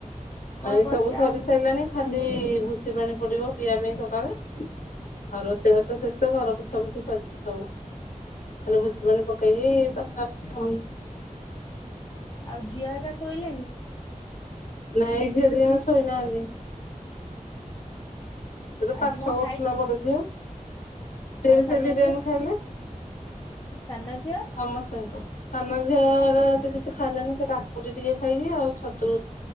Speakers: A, on the left; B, on the left.
A: କଣ
B: ଏ
A: କରି
B: ସବୁ ସରି
A: ଆହୁରି
B: ସାରିଲାଣି ଖାଲି ଭୁଷିବାଣି ପଡିବ ପିଇବା ପାଇଁ ସକାଳେ ଆଉ ରୋଷେଇ ବାସ ଶେଷ ଘରକୁ ପୁଛି ଫୁଛି ସବୁ ହେଲେ ଭୁଷବାଣି ପକେଇକି ତକରୁଛି ମାମୁନି
A: ଆଉ ଝିଅ ଏକା ଶୋଇଲାଣି
B: ନାଇଁ ଝିଅଦି ଜଣ ଶୋଇନାହାନ୍ତି ସେତ ପାଠ
A: ଆଜି କଣ
B: କରୁଥିଲା
A: ଖାଇ
B: ବର ଝିଅ ସେ
A: ଆଉ
B: ବି
A: ସାନ
B: ସେ ବିରିୟାନୀ
A: ଝିଅ
B: ଖାଇଲେ
A: ସାନ ଝଅ
B: ସମସ୍ତେ ଙ୍କୁ ସାନ ଝିଆଡା କିଛି ଖାଇଲାନି ସେ କାକୁଡି ଟିକେ ଖାଇକି ଆଉ ଛତୁ